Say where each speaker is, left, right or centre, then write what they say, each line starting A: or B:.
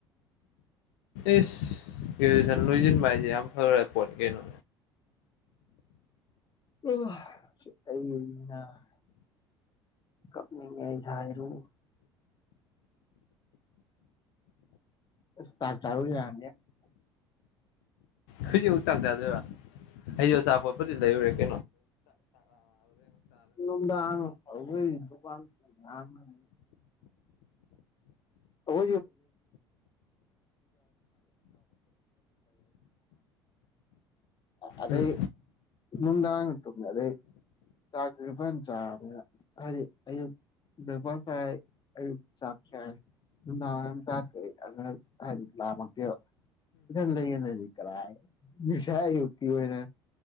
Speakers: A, on the left; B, on the left.
A: ꯏꯁ ꯒ꯭ꯔꯦꯖꯦꯁꯟ ꯂꯣꯏꯖꯤꯟꯕ ꯍꯥꯏꯖꯦ ꯌꯥꯝ ꯐꯒ꯭ꯔ ꯄꯣꯠꯅꯤ ꯀꯩꯅꯣ
B: <unintelligible> ꯀꯞꯅꯤꯡꯉꯦ <unintelligible> <unintelligible>
A: ꯍꯨꯖꯤꯛ ꯃꯨꯛ ꯆꯥꯛ ꯆꯥꯗꯣꯏꯕ ꯑꯩꯖꯨ ꯑꯆꯥꯄꯣꯠꯄꯨꯗꯤ ꯂꯩꯔꯨꯔꯦ <unintelligible>
B: ꯅꯨꯡꯗꯥꯡ ꯑꯩꯈꯣꯏ ꯗꯨꯀꯥꯟ <unintelligible> <unintelligible> <unintelligible> ꯑ ꯑꯗꯩ
A: ꯎꯝ
B: ꯅꯨꯡꯗꯥꯥꯡ ꯇꯨꯝꯃꯦ ꯑꯗꯩ ꯆꯥꯛ ꯇꯨꯖꯨ ꯐꯖꯅ <unintelligible> ꯍꯥꯏꯗꯤ ꯑꯌꯨꯛ <unintelligible> ꯑꯌꯨꯛ ꯆꯥꯛ ꯆꯥꯏ ꯅꯨꯡꯗꯥꯡꯋꯥꯏꯔꯝ ꯆꯥꯗꯦ ꯑꯩ ꯑꯗꯨꯅ ꯍꯥꯏꯗꯤ ꯂꯥꯝꯃꯛꯇꯦꯕ <unintelligible> ꯀꯔꯥꯏ ꯉꯁꯥꯏ ꯑꯌꯨꯛꯀꯤ ꯑꯣꯏꯅ